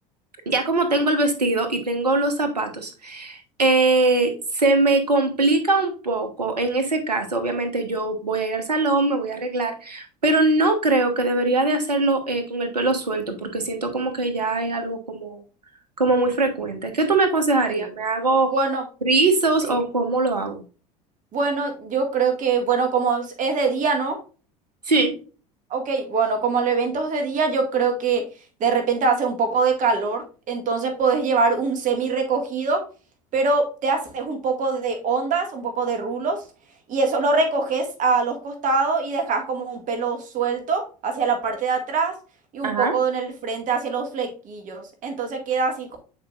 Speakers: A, on the right (about 80°); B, on the right (about 40°).
A: ya como tengo el vestido y tengo los zapatos, eh, se me complica un poco en ese caso, obviamente yo voy a ir al salón, me voy a arreglar, pero no creo que debería de hacerlo eh, con el pelo suelto porque siento como que ya es algo como, como muy frecuente. ¿Qué tú me aconsejarías?
B: sí.
A: ¿Me hago
B: Bueno,
A: rizos
B: sí.
A: o cómo lo hago?
B: Bueno, yo creo que, bueno, como es es de día, ¿no?
A: Sí.
B: Ok, bueno, como el evento es de día, yo creo que de repente hace un poco de calor, entonces podés llevar un semi recogido, pero te haces un poco de ondas, un poco de rulos, y eso lo recoges a los costados y dejas como un pelo suelto hacia la parte de atrás y un
A: Ajá.
B: poco en el frente hacia los flequillos. Entonces queda así co-